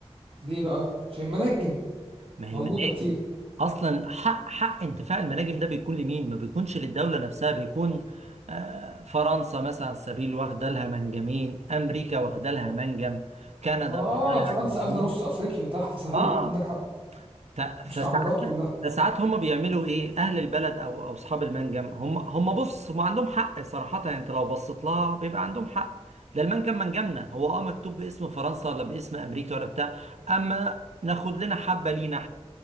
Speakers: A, on the right; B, on the right.
A: ليه بقى عشان المناجم
B: ما هي
A: موجوده
B: المناجم
A: كتير
B: اصلا حق حق انتفاع المناجم ده بيكون لمين ما بيكونش للدوله نفسها بيكون آه، فرنسا مثلا على سبيل واخده لها منجمين امريكا واخده لها منجم كندا
A: اه
B: واخده لها
A: فرنسا
B: منجمين
A: اخده نص افريقيا تحت صحيح
B: اه
A: عندك حق
B: ف- فسا-
A: مستعمرات كلها
B: فساعات هم بيعملوا ايه اهل البلد او او اصحاب المنجم هم هم بص هم عندهم حق صراحه يعني انت لو بصيت لها بيبقى عندهم حق ده المنجم منجمنا هو اه مكتوب باسم فرنسا ولا باسم امريكا ولا بتاع اما ناخد لنا حبه لينا